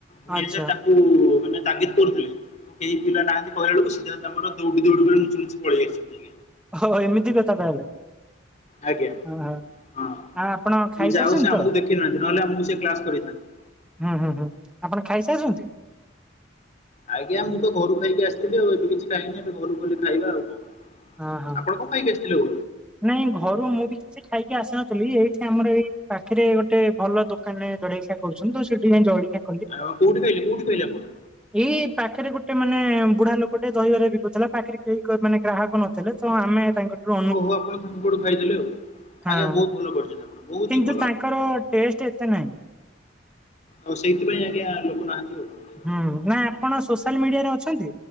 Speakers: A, on the left; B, in the centre.
A: ଭୁଇଁଆଁ
B: ଆଚ୍ଛା
A: ସାର୍ ତାଙ୍କୁ ମାନେ ତାଗିଦ କରୁଥିଲେ। କେହି ପିଲା ନାହାନ୍ତି କହିବା ଏଳକୁ ସିଧା ତାମର ଦୌଡି ଦୌଡି ବେ ନୁଚି ନୂଚି ପଳେଇଆଇସନ୍ତି।
B: ହୋ ଓ ଏମିତି କଥା ତାହେଲେ।
A: ଆଜ୍ଞା
B: ହଁ ହଁ
A: ହଁ ଆମେ
B: ଆ ଆପଣ ଖାଇସାରିଛନ୍ତି
A: ଯାଉ ସେ
B: ତ
A: ଆମକୁ ଦେଖେଇନାହାନ୍ତି ନହେଲେ ଆମକୁ ସେ କ୍ଲାସ କରିଥାନ୍ତି।
B: ହୁଁ ହୁଁ ହୁଁ ଆପଣ ଖାଇସାରିଚନ୍ତି।
A: ଆଜ୍ଞା ମୁଁ ତ ଘରୁ ଖାଇକି ଆସିଥିଲି ଆଉ ଏବେ କିଛି ଖାଇନି ଏବେ ଘରୁ ଖଲି ଖାଇବା ଆଉ କଂ
B: ହଁ ହଁ
A: ଆପଣ କଂ ପାଇ ଆସିଥିଲୁ।
B: ନାଇଁ ଘରୁ ମୁଁ ବି କିଛି ଖାଇକି ଆସିନଥିଲି ଏଇଠି ଆମର ଏଇ ପାଖରେ ଗୋଟେ ଭଲ ଦୋ- - କାନ ଜା କରୁଚନ୍ତି ତ ସେଠିଁ ଜାଇ ଜଳଖିଆ --
A: ହାଲୋ କୋଉଠି ଥୋଇଲେ କୋଉଠି ଥୋଇଲେ ଆପଣ?
B: ଏଇ ପାଖରେ ଗୋଟେ ମାନେ ବୁଢା ଲୋକଟେ ଦହିବାରେ ବିକୁଥିଲା ପାଖରେ କେହି ମାନେ ଗ୍ରାହକ ନ -- ଥିଲେ ତ ଆମେ ତାଙ୍କଠୁ
A: ଓହୋ ଆପଣ ତାଙ୍କୁ ଠୁ ଖାଇଦେଲେ ଆଉ।
B: ଆଉ
A: ଆଜ୍ଞା
B: ହଁ
A: ବହୁତ ଭଲ କରିଚନ୍ତି ଆପଣ ବହୁତ
B: କିନ୍ତୁ
A: ହିଁ ଭଲ
B: ତାଙ୍କର
A: ଆପଣ।
B: ଟେଷ୍ଟ ଏତେ ନାହିଁ
A: ଆଉ ସେଇଥିପାଇଁ ଆଜ୍ଞା ଲୋକ ନାହାନ୍ତି ଆଉ। କରିବା।
B: ହୁଁ ନାଇଁ ଆପଣ ସୋସିଆଲ ମିଡିଆରେ ଅଛନ୍ତି